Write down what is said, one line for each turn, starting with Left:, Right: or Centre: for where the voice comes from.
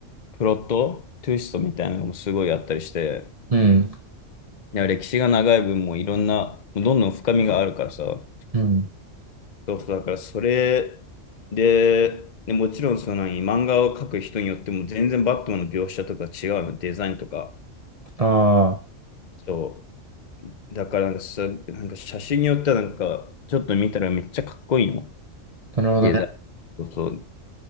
Left: プロット、トゥイストみたいなのもすごいあったりして、
Right: うん。
Left: いや、歴史が長い分もういろんな、もうどんどん深みがあるからさ。
Right: うん。
Left: そうそう、だからそれで、で、もちろんその何、漫画を描く人によっても全然バットマンの描写とか違うの、デザインとか。
Right: あ
Left: そう。だからなんかさ、なんか写真によってはなんか、ちょっと見たらめっちゃかっこいいの。
Right: あ、なるほどね。
Left: デザイン。そうそう。